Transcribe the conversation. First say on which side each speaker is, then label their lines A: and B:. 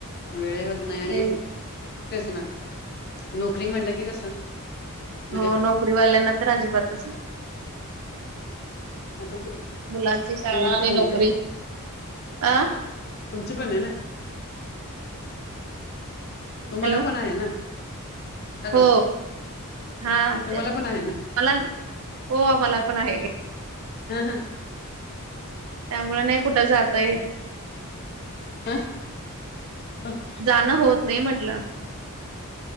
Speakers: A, on the left; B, on the right.
A: वेळ होत नाही आणि
B: वेळ
A: तेच ना, नोकरी म्हणलं की कसं म्हणजे
B: हो नोकरीवाल्यांना तर अजिबातच नाही
A: आता
B: मुलांची
A: तुम्हाला
B: शाळा आणि
A: पण
B: नोकरी
A: आहे
B: अ
A: तुमच पण आहे ना? तुम्हाला
B: हॅलो
A: पण आहे ना. हॅलो
B: हो, हा,
A: तुम्हाला
B: ते
A: पण आहे ना
B: मला हो मला पण आहे.
A: हा, हा,
B: त्यामुळे नाही कुठं जाता येत.
A: ह <unintelligible>
B: जाणं होत नाही म्हटलं.